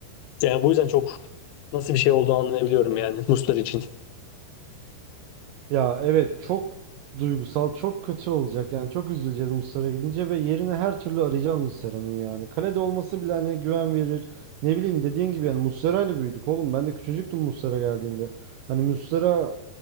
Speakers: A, on the left (about 85°); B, on the right (about 85°).
A: Yani bu yüzden çok nasıl bir şey olduğunu anlayabiliyorum yani Muslera için.
B: Ya evet çok duygusal, çok kötü olacak. Yani çok üzüleceğiz Muslera gidince ve yerine her türlü arayacağız Muslera'nın yani. Kalede olması bile hani güven verir. Ne bileyim dediğin gibi yani Muslera ile büyüdük oğlum. Ben de küçücüktüm Muslera geldiğinde. Hani Muslera